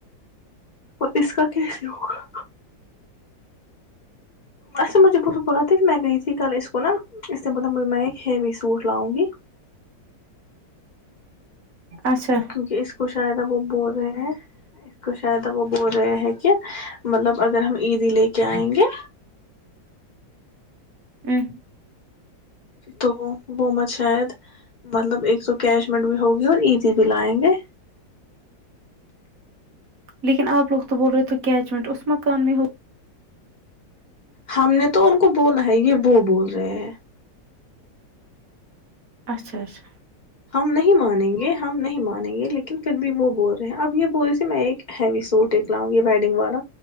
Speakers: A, on the left; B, on the right.
A: اور اس کا کیسے ہوگا اا مجھے بہت بات ہے کہ میں گئی تھی کل اس کو نا اس بول میں ایک ہیوی سوٹ لاؤں گی
B: اچھا
A: کیونکہ اس کو شاید اب وہ بول رہے ہیں اس کو شاید اب وہ بول رہے ہیں کہ مطلب اگر ہم عیدی لے کے آئیں گے
B: <inaudible>
A: تو وہ مت شاید مطلب ایک تو کیش مٹ بھی ہوگی اور ایزی بھی لائیں گے
B: لیکن آپ لوگ تو بول رہے تھے کیچمنٹ اس مکان میں ہو
A: ہم نے تو ان کو بولا ہے یہ وہ بول رہے ہیں
B: اچھا اچھا
A: ہم نہیں مانیں گے ہم نہیں مانیں گے لیکن پھر بھی وہ بول رہے ہیں اب یہ بول رہے میں ایک ہیوی سوٹ ایکک لاؤں گی ویڈنگ والا